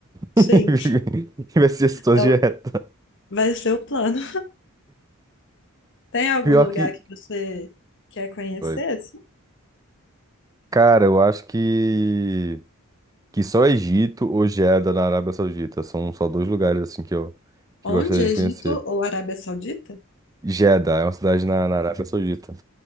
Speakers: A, on the right; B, on the left.
A: <laughs>
B: Sim,
A: e vai ser sua
B: é
A: dieta.
B: o- vai ser o plano. Tem algum
A: Pior
B: lugar
A: que.
B: que você quer conhecer?
A: Oi.
B: assim?
A: Cara, eu acho que que só Egito ou Jeddah na Arábia Saudita. São só dois lugares assim que eu que
B: Onde?
A: gostaria
B: Egito
A: de conhecer.
B: ou Arábia Saudita?
A: Jeddah é uma cidade na, na Arábia Saudita.